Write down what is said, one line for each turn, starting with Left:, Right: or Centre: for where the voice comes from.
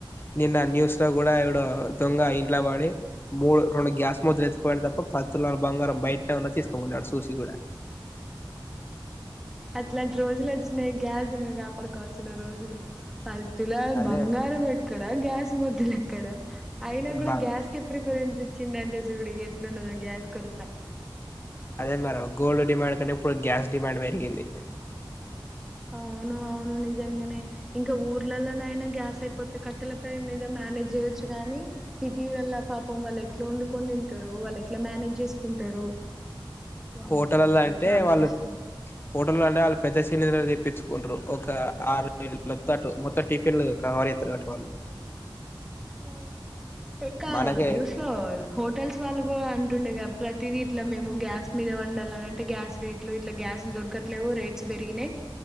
Left: నిన్న న్యూస్ లో కూడా ఏవడో దొంగ ఇంట్లో బడి మూడు రెండు గ్యాస్ మొద్దులు ఎత్తుకుపోయిండు పది తులల బంగారం బయటనే ఉన్న తీసుకు పోల ఆడు చూసి కూడా
Centre: అట్లాంటి రోజులు వచ్చినాయి గ్యాస్ని కాపాడుకోవాల్సిన రోజులు పది తులల
Left: అదే
Centre: బంగారం పే ఎక్కడ గ్యాస్ మొద్దులు ఎక్కడ అయినా కూడా
Left: బా
Centre: గ్యాస్ కె ప్రిఫరెన్స్ చిన్నంటే చూడు ఎట్లున్నదో గ్యాస్ కొరతా
Left: అదే మరో గోల్డ్ డిమాండ్ ఇప్పుడు గ్యాస్ డిమాండ్ పెరిగింది
Centre: అవును అవును నిజంగానే ఇంకా ఊర్లలోనయినా గ్యాస్ అయిపోతే కట్టెల పోయి మీద మ్యానేజ్ చేయొచ్చు గాని సిటీ లల్ల పాపం వాళ్ళు ఎట్లా వండుకొని తింటారు వాళ్ళు ఎట్లా మ్యానేజ్ చేసుకుంటారు వామ్మో
Left: హోటలల్లో
Centre: అది
Left: అయితే
Centre: చాలా
Left: వాళ్ళు
Centre: కష్టం
Left: హోటల్ల్ అంటే వాళ్ళు పెద్ద సిలిండర్ తెప్పి కుంట్టరు ఒక ఆరు నేల్లు తటు మొత్తం టిఫిన్లు కవర్ చేతారు కాబట్టి వాళ్ళు
Centre: ఆ ఇంకా
Left: మనకే
Centre: న్యూస్ లో హోటల్స్ వాళ్ళు కూడా అంటుండేగా ప్రతిది ఇట్లా మేము గ్యాస్ మీద వండాలని అంటే గ్యాస్ రేట్లు ఇట్లా గ్యాస్లు దొరకట్లేవు రేట్స్ పెరిగినాయి